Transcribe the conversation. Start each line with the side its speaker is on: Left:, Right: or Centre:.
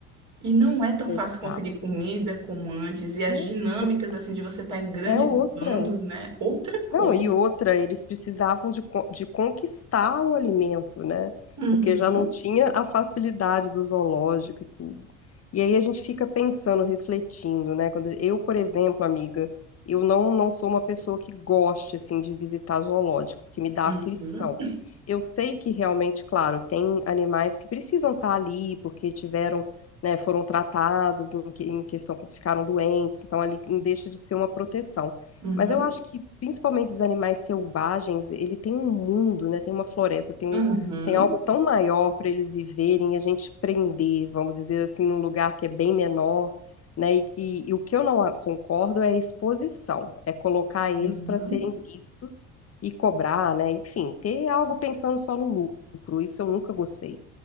Right: E não é tão
Left: Exato,
Right: fácil conseguir comida como antes. E as
Left: né?
Right: dinâmicas,
Left: Porque
Right: assim, de você estar em grandes
Left: é outra.
Right: bandos, né? Outra coisa.
Left: Não, e outra, eles precisavam de, co- de conquistar o alimento, né?
Right: Uhum,
Left: Porque já não tinha a facilidade do zoológico e tudo. E aí a gente fica pensando, refletindo, né? Quando eu, por exemplo, amiga, eu não, não sou uma pessoa que goste, assim, de visitar zoológico, porque me dá
Right: uhum,
Left: aflição. Eu sei que realmente, claro, tem animais que precisam estar ali porque tiveram, né, foram tratados em, que- em questão, ficaram doentes, então ali deixa de ser uma proteção.
Right: uhum.
Left: Mas eu acho que principalmente os animais selvagens, ele tem um mundo, né? Tem uma floresta, tem um,
Right: Uhum,
Left: tem algo tão maior para eles viverem e a gente prender, vamos dizer assim, num lugar que é bem menor, né? E, e- e o que eu não a- concordo é a exposição, é colocar eles
Right: uhum.
Left: para serem vistos e cobrar, né? Enfim, ter algo pensando só no lucro, isso eu nunca gostei.